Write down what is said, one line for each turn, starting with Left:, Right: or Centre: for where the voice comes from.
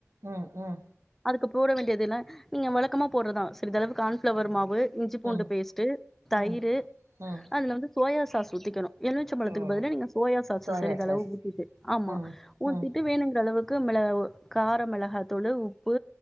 Right: ம் ம்
Centre: அதுக்கு போட வேண்டியது என்ன நீங்க வழக்கமா போடுறதான் சிறிதளவு கான்ஃப்ளவர் மாவு இஞ்சி பூண்டு
Right: ம்
Centre: பேஸ்ட்டு தயிரு
Right: ம் ம்
Centre: அதுல வந்து சோயா சாஸ் ஊத்திக்குணு எலுமிச்சம்பழத்துக்கு
Right: ஓ
Centre: பதிலா நீங்க சோயா சாஸ்சு
Right: சோயா
Centre: சிறிதளவு
Right: சாஸ்
Centre: ஊத்திட்டு ஆமா
Right: ம்
Centre: ஊத்திட்டு
Right: ம்
Centre: வேணுங்ற அளவு க்கு மிள கார மிளகாத்தூள் உப்பு